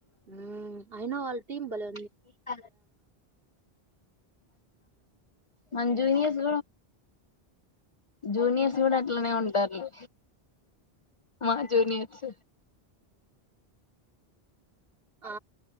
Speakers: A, on the right; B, on the left.
A: ఉమ్ అయిన వాళ్ళ టీమ్ బలే
B: <inaudible> మన్ జూనియర్స్ జూనియర్స్ చూడు అట్లనే ఉంటారులే మా జూనియార్స్
A: ఆ